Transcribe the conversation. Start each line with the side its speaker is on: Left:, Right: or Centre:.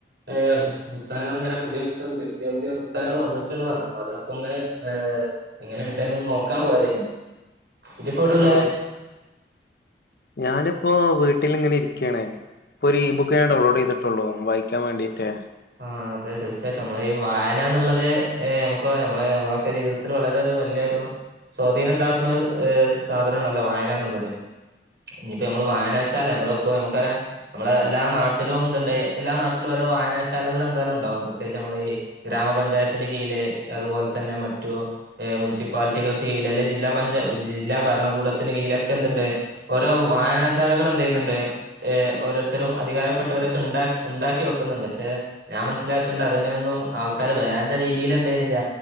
Right: ഏഹ് പു പുസ്തകങ്ങൾ ഇങ്ങനെ പുതിയ പുസ്തകം പുതിയ പുതിയ പുതിയ പുസ്തകങ്ങൾ വന്നിക്ക് ന്ന് പറഞ്ഞു അപ്പോ അതൊക്കൊന്ന് ഏഹ് എങ്ങനെണ്ട് ന്ന് നോക്കാൻ പോയതേനു. ഇജി പ്പോ എവിടേള്ളേ?
Left: ആ ഞാനിപ്പോ വീട്ടില്ങ്ങനെ ഇരിക്ക്യാണ്. ഇപ്പൊരു ഇ ബുക്ക് ഞാൻ ഡൗൺലോഡെയ്ത് ട്ടൊള്ളൂ. വായിക്കാൻ വേണ്ടിയിട്ടേ
Right: ആഹ് അതെ തീർച്ചയായിട്ടും. നമ്മളീ വായനാ ന്നുള്ളത് ഏഹ് നമുക്കും നമ്മള നമ്മളൊക്കെ ജീവിത ത്തിൽ വളരെ ഒരു വലിയൊരു സ്വാധീനം ഉണ്ടാക്കുണൊരു സാധനാണല്ലോ വായന എന്നുള്ളത്. ഇഞിപ്പ നമ്മള് വായനാശാല നമ്മളൊക്കൊ നമുക്കറിയ നമ്മള എല്ലാ നാട്ടിലും എന്ത്ണ്ട്, എല്ലാ നാട്ടിലും ഓരോ വായനാ ശാലകൾ എന്തായാലും ഉണ്ടാവും. പ്രത്യേകിച്ച് നമ്മൾ ഈ ഗ്രാമപഞ്ചായത്തിന്റെ കീഴില് അതുപോലെ തന്നെ മറ്റു ഏഹ് മുസിപ്പാലിറ്റികൾക്ക് കീഴിൽ അല്ലെ ജില്ലാ പഞ്ചായ ജില്ലാ ഭരണകൂടത്തിന് കീഴിലൊക്കെ എന്തുണ്ട് ഓരോ വായനാശാലകളെന്തയ്യ്ന്നുണ്ട് ഏഹ് ഓരോരുത്തരും അധികാരപ്പെട്ടവരൊക്കെ ഉണ്ടാക്കി ഉണ്ടാക്കി വെക്കുന്നുണ്ട്. പക്ഷെ ഞാൻ മനസ്സിലാക്ണ്ട്. അതിനെയൊന്നും ആൾക്കാര് വേണ്ട രീതിയിൽ എന്തയ്യ്ണില്ല